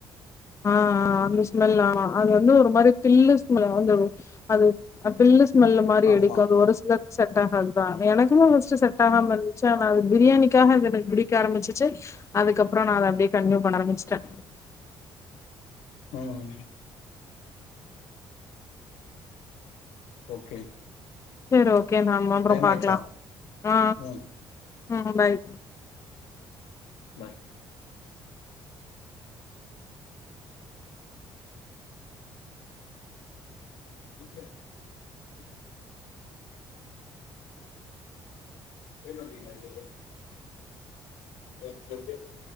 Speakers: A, on the left (about 30°); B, on the left (about 85°).
A: அ ஆங் அந்த ஸ்மெல் ஆமா அது வந்து ஒருமாரித் பில்லு ஸ்மெல் வந்துரும் அது அ பில்லு ஸ்மெல்லு மாரி
B: ஆமா
A: எடுக்கும் அது ஒரு சிலர்க் செட் ஆகாதுதான் எனக்குமே ஃபர்ஸ்ட் செட் ஆகாம இருந்துச்சு ஆனா அது பிரியாணிக்காக அது எனக்கு பிடிக்க ஆரம்பிச்சிச்சு அதுக்கப்புறம் நா அத அப்டியே கன்டினியூ பண்ண ஆரம்பிச்டேன்
B: ம் ம் ஓகே
A: சரி ஓக் ஓகே நாம அப்பறம்
B: டைம்
A: பாக்கலாம்
B: ஆயிடுச்சா
A: ஆ
B: ம்
A: ம் பை ஓகே
B: பாய் ஜிம்மு <inaudible> போய்ட்டு வந்ட்டிங்ளா இது எது <unintelligible>